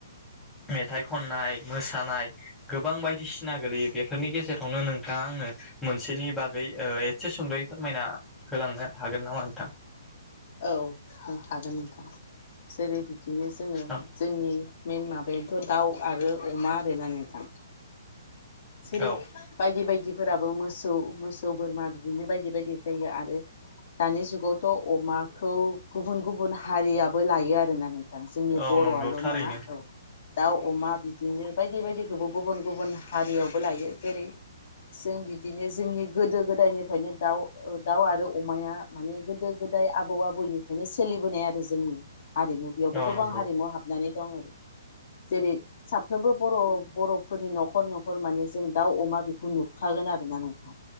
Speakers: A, in the centre; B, on the left (about 50°).
A: मेथाइ खननाय मोसानाय गोबां बायदिसिना गोलैयो बेफोरनि गेजेरावनो नोंथाङा आङो मोनसेनि बागै ओ एसे सुंद'यै फोरमायनानै होलांनो हागोन नामा नोंथां?
B: औ हागोन नोंथां जेरै बिदि बिदिनो जोङो
A: औ
B: जोंनि मेन माबाया दाउ आरो अमा ओरोना नोंथां। सिरि
A: औ
B: बायदि- बायदि फोराबो मोसौ -मोसौ, बोरमा, बिदिनो बायदि -बायदि जायो आरो दानि जुगावथ' अमा खौ गुबुन- गुबुन हारियाबो लायो आरोना। नोंथां जोंनि
A: औ
B: बर'आल'
A: नंगौ थारैनो
B: नङा औ दाउ- अमा बिदिनो बायदि -बायदिखौबो गुबुन -गुबुन हारियावबो लायो जेरै जों बिदिनो जोंनि गोदो गोदायनिफ्रायनो दाउ -दाउ आरो अमाया माने गोदो- गोदाय आबौ -आबौनिफ्रायनो सोलिबोनाय आरो जोंनि हारिमु बेयावबो
A: औ
B: गोबां
A: नंगौ
B: हारिमु हाबनानै औ जेरै साफ्रोमबो बर' बर'फोरनि न'खर न'खर माने जों दाउ अमा बेखौ नुखागोन आरो ना नोंथां।